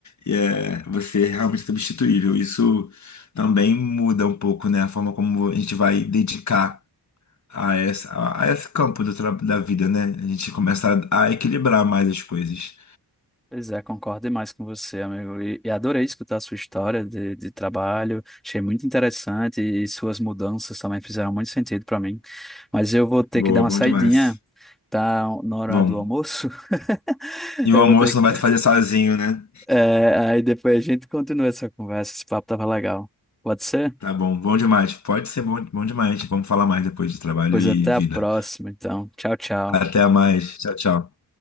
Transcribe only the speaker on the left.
é, você é realmente substituível. Isso também muda um pouco, né, a forma como a gente vai dedicar a, essa, a, a esse campo do, tra- da vida, né? A gente começa a, a equilibrar mais as coisas.
Boa,
bom
demais.
Bom.
E
o almoço
não
vai fazer sozinho, né?
Tá bom, bom demais. Pode ser bom, bom demais. Vamos falar mais depois de trabalho
e
vida.
Até mais. Tchau, tchau.